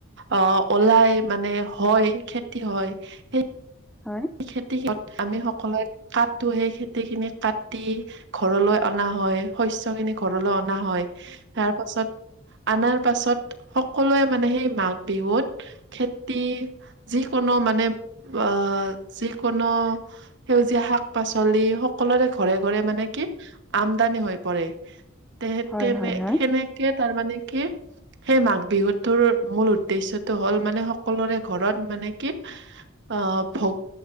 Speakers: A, on the right; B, in the centre.
A: অ ওলাই মানে হয় খ হয় সেই
B: হয়,
A: খেতি আমি সকলোৱে কাটো সেই খেতি খিনি কাটি ঘৰলৈ অনা হয় শস্যৰ খিনি। ঘৰলৈ অনা হয়, তাৰ পাছত অনাৰ পাছত সকলোৱে মানে সেই মাঘ বিহুত খেতি যিকোনো মানে অ- যিকোনো সেউজীয়া শাক পাচলি সকলোৰে ঘৰে ঘৰে মানে কি আমদানি হৈ পৰে তে
B: হয়,
A: তেনে
B: হয়, হয়,
A: সেনেকে তাৰমানে কি সেই মাঘ বিহুটোৰ মূল উদ্দেশ্যটো হ'ল মানে, সকলোৰে ঘৰত মানে কি আহ ভোগ